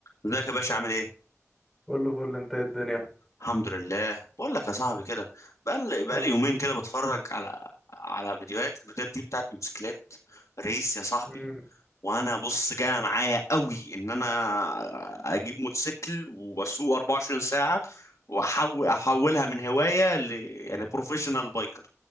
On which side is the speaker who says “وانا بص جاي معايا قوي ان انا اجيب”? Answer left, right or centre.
Left